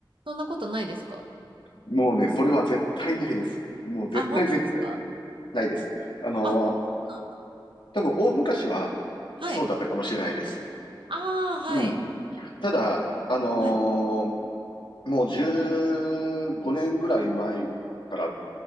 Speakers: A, on the right (about 85°); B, on the left (about 80°).
A: そんなことないですか
B: もうね、それは絶対ないです。もう絶対絶対
A: あ、本当ですか
B: ないです。あのー
A: あ、そうなんだ。
B: 多分大昔は
A: はい。
B: そうだったかもしれないです。
A: ああ、はい。
B: うん。ただ、あのー
A: はい。
B: もう15年ぐらい前から、